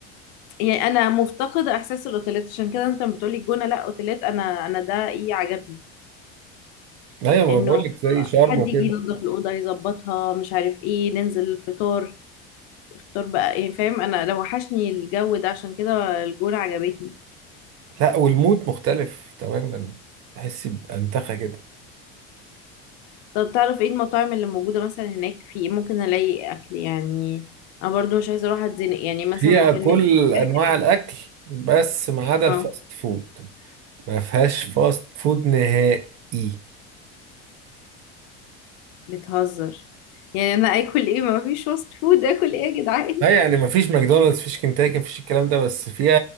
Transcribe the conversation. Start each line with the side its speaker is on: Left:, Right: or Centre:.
Left: يعني انا مفتقدة احساس الاوتيلات عشان كده انت بتقولي الجونة لا اوتيلات انا انا ده ايه عجبني
Right: أيوة
Left: انه
Right: ما بقول لك زي شرم
Left: حد
Right: وكده
Left: يجي ينظف الاوضه يظبطها مش عارف ايه ننزل الفطار الفطار بقى ايه فاهم انا لو وحشني الجو ده عشان كده الجونه عجبتني
Right: لا والمود مختلف تماما تحس بأنتخة كده
Left: طب تعرف ايه المطاعم اللي موجودة مثلا هناك في إيه؟ ممكن الاقي اكل يعني انا برضو مش عايزة اروح اتزنق يعني مثلا
Right: فيها
Left: كان
Right: كل
Left: من الساحل
Right: انواع الاكل بس ما عدا الفاست
Left: اه
Right: فود ما فيهاش فاست فود نهائي
Left: بتهزر يعني انا اكل ايه ما فيش فاست فود اكل ايه يا جدعان
Right: لا يعني ما فيش ماكدونالدز فيش كنتاكي ما فيش الكلام ده بس فيها